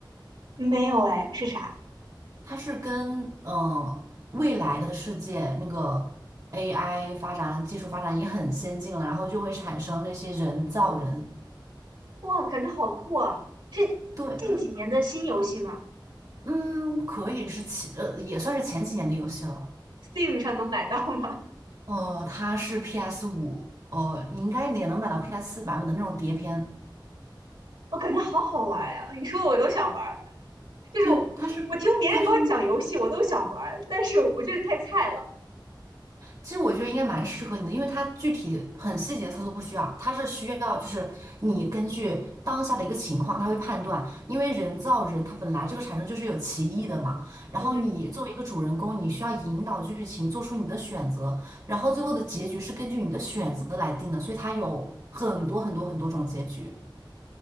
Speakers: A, on the right; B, on the right.
A: 没有哎，是啥？
B: 它是跟呃未来的世界那个 AI 发展技术发展也很先进了，然后就会产生那些人造人。
A: 哇，感觉好酷啊！是近几年的新游戏吗
B: 对它，嗯，可以是前呃也算是前几年的游戏了。
A: ？Steam 上能买到吗？
B: 呃，它是 PS 五，呃，你应该也能买到 PS 四版本的那种碟片。
A: <laughs> 我感觉好好玩呀、你说我都想玩儿，就是我我听别人给我讲游戏，
B: 对，它是它是。
A: 我都想玩儿，但是我就是太菜了。
B: 其实我觉得应该蛮适合你的，因为它具体很细节的操作不需要，它是需要就是你根据当下的一个情况，它会判断，因为人造人它本来这个产生就是有歧义的嘛，然后你作为一个主人公，
A: 嗯哼，
B: 你需要引导剧情做出你的选择，然后最后的结局是根据你的选择来定的，所以它有很多很多很多种结局，